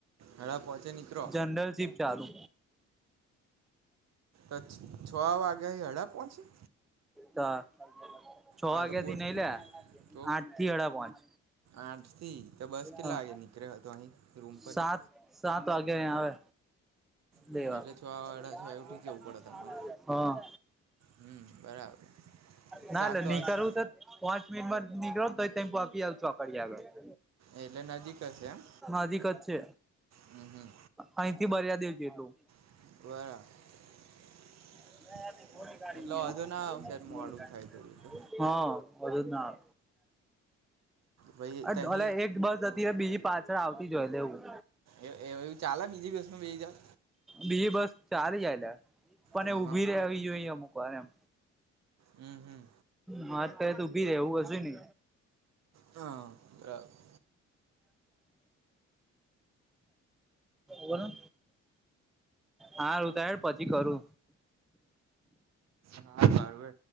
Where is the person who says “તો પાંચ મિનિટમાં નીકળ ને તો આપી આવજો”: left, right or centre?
Centre